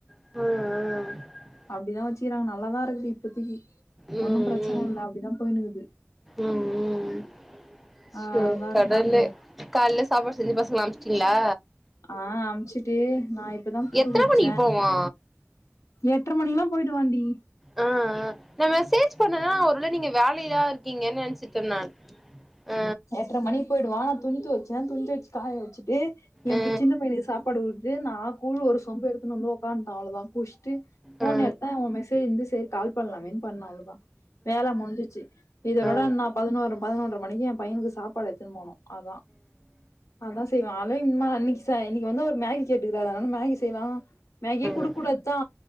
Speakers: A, in the centre; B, on the left.
A: ம் ம்
B: அப்படிதா வச்சுக்கிறாங்க நல்லாதா இருக்குது இப்பத்தக்கி
A: ம் ம்
B: ஒன்னும் பிரச்சன இல்ல அப்டிதா போயினுகுது
A: ம் ம்
B: ஆ
A: சோ
B: அதா
A: கடவுளே
B: நீங்க சொல்லு
A: காலைல சாப்பாடு செஞ்சு பசங்கலா அனுச்சிட்டீங்களா
B: ஆ அமுச்சுட்டு நா இப்பதா கூழ்
A: எத்தன
B: குடிச்சே
A: மணிக்கு போவா
B: எட்ற மணில்லா போய்டு வாண்டி
A: ஆ ஆ நா மெசேஜ் பண்ணேனா ஒருவேள நீங்க வேலையா இரு க்கிங்கன்னு நெனச்சிட்ட நா ஆ
B: எட்டற மணி போயிடுவோ நா துணி தொவச்ச துணி தொவச்சு காய வச்சு ட்டு என்
A: ஆ
B: சின்ன பையனுக்கு சாப்பாடு விட்டு நா கூழ் ஒரு சொம்ப எடுத்துன்னு வந்து ஒக்கான்டே அவ்ளதா குஷ்ட்டு போன்
A: ஆ ஆ
B: எடுத்தா அவ மெசேஜ் இருந்து சரி கால் பண்ணலாமேன்னு பண்ண அவ்ளோதா வேலை முடிஞ்சிச்சு இதோட
A: ஆ ஆ
B: நா பதினோரு பதினொன்றரை மணிக்கு எ பையனுக்கு சாப்பாடு எடுத்துன்னு போனு அதா அதா செய்வ அவ இம்மா இன்னைக்கு செ இன்னைக்கு வந்து ஒரு மேகி கேட்டுக்கறாரு அதனால மேகி செய்யலா மேகியே குடுக்க
A: ஆ
B: கூடாதுதா